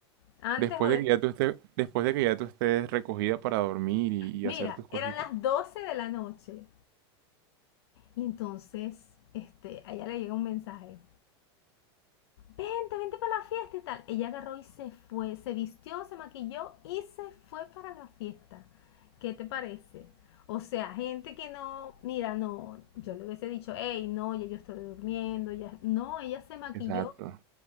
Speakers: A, on the left; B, on the right.
A: Antes
B: Después
A: o después.
B: de que ya tú estés, después de que ya tú estés recogida para dormir y, y
A: Mira,
B: hacer tus cositas.
A: eran las 12 de la noche y entonces, este, a ella le llega un mensaje. vente, vente para la fiesta y tal. Ella agarró y se fue, se vistió, se maquilló y se fue para la fiesta. ¿Qué te parece? O sea, gente que no, mira, no, yo le hubiese dicho, hey, no, ya yo estoy durmiendo, ya, no, ella se maquilló,
B: Exacto.